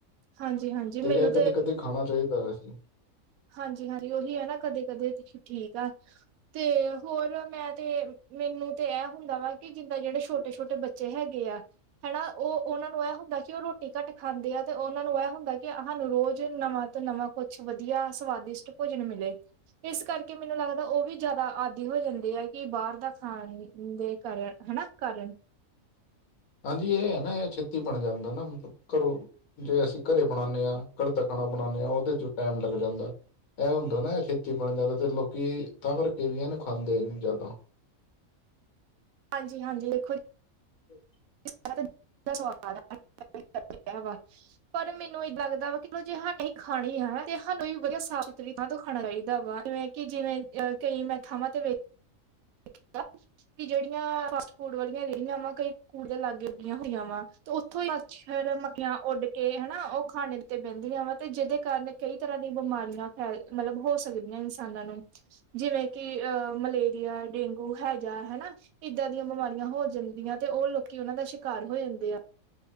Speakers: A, on the right; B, on the left.
A: ਹਾਂਜੀ ਹਾਂਜੀ
B: ਤੇ
A: ਮੈਨੂੰ
B: ਐ, ਕਦੇ-ਕਦੇ ਖਾਣਾ ਚਾਹੀਦਾ ਵੈਸੇ।
A: ਹਾਂਜੀ-ਹਾਂਜੀ, ਉਹੀ ਹੈ ਨਾ ਕਦੇ-ਕਦੇ ਠੀਕ ਆ। ਤੇ ਹੋਰ ਮੈਂ ਤੇ, ਮੈਨੂੰ ਤੇ ਐਂ ਹੁੰਦਾ ਵਾ ਕਿ ਜਿੰਦਾਂ ਜਿਹੜੇ ਛੋਟੇ-ਛੋਟੇ ਬੱਚੇ ਚੇ ਹੈਗੇ ਆ। ਹਣਾ, ਉਹ ਉਹਨਾਂ ਨੂੰ ਐ ਹੁੰਦਾ ਕਿ ਉਹ ਰੋਟੀ ਘੱਟ ਖਾਂਦੇ ਆ, ਤੇ ਉਹਨਾਂ ਨੂੰ ਐ ਹੁੰਦਾ ਕਿ ਹਾਨੂੰ ਰੋਜ਼ ਨਵਾਂ ਤੋਂ ਨਵਾਂ ਕੁਛ ਵਧੀਆ, ਸਵਾਦਿਸ਼ਟ ਭੋਜਨ ਮਿਲੇ। ਇਸ ਕਰਕੇ ਮੈਨੂੰ ਲੱਗਦਾ ਉਹ ਵੀ ਜ਼ਿਆਦਾ ਆਦਿ ਹੋ ਜਾਂਦੇ ਆ, ਕਿ ਬਾਹਰ ਦਾ ਖਾਣ ਦੇ ਕਾਰਨ ਹਣਾ, ਕਾਰਨ
B: ਹਾਂਜੀ ਏ ਐ ਨਾ, ਇਹ ਛੇਤੀ ਬਣ ਜਾਂਦਾ ਨਾ ਮਤਲਬ ਘਰੋਂ ਜੇ ਅਸੀਂ ਘਰੇ ਬਣਾਂਨੇ ਆ, ਘਰਦਾ ਖਾਣਾ ਬਣਾਂਨੇ ਆ, ਉਹਦੇ'ਚ ਟਾਈਮ ਲੱਗ ਜਾਂਦਾ। ਐ ਹੁੰਦਾ ਨਾ ਐ ਛੇਤੀ ਬਣ ਜਾਂਦਾ, ਤੇ ਲੋਕੀ ਤਾਂ ਕਰਕੇ ਵੀ ਇਹਨੂੰ ਖਾਂਦੇ ਨੀ ਜਿਆਦਾ।
A: ਹਾਂਜੀ-ਹਾਂਜੀ, ਵੇਖੋ
B: ਹ <inaudible>
A: <unintelligible> ਪਰ ਮੈਨੂੰ ਏ ਲੱਗਦਾ ਵਾ, ਕਿਲ ਜੇ ਅਸੀਂ ਖਾਣਾ ਹੀ ਆ ਤੇ ਸਾਨੂੰ ਵਧੀਆ ਸਾਫ਼-ਸੁਥਰੀ ਥਾਂ ਤੋਂ ਖਾਣਾ ਚਾਹੀਦਾ ਵਾ, ਜਿਵੇਂ ਕਿ ਜਿਵੇਂ, ਅਹ ਕਈ ਮੈਂ ਥਾਵਾਂ ਤੇ ਵੇਖਿਆ, ਕਿ ਜਿਹੜੀਆਂ ਫਾਸਟ-ਫੂਡ ਵਾਲੀਆਂ ਰੇਹੜੀਆਂ ਵਾ, ਕਈ ਕੂੜੇ ਦੇ ਲਾਗੇ ਹੋਈਆਂ ਵਾ। ਤੇ ਉੱਥੋਂ ਹੀ, ਮੱਛਰ-ਮੱਖੀਆਂ ਉੱਡਕੇ ਇਹ ਹਣਾ, ਉਹ ਖਾਣੇ ਤੇ ਬਹਿੰਦੀਆਂ ਵਾ ਤੇ ਜਿਹਦੇ ਕਾਰਨ ਕਈ ਤਰ੍ਹਾਂ ਦੀਆਂ ਬਿਮਾਰੀਆਂ ਫੈਲ ਮਤਲਬ ਹੋ ਸਕਦੀਆਂ ਇਨਸਾਨਾਂ ਨੂੰ, ਜਿਵੇਂ ਕਿ ਅਹ ਮਲੇਰੀਆ, ਡੇਂਗੂ ਓ ਹੈਜਾ ਹਨਾ, ਇੱਦਾਂ ਦੀਆਂ ਬਿਮਾਰੀਆਂ ਹੋ ਜਾਂਦੀਆਂ ਤੇ ਉਹ ਲੋਕੀ ਉਹਨਾਂ ਦਾ ਸ਼ਿਕਾਰ ਹੋ ਜਾਂਦੇ ਆ।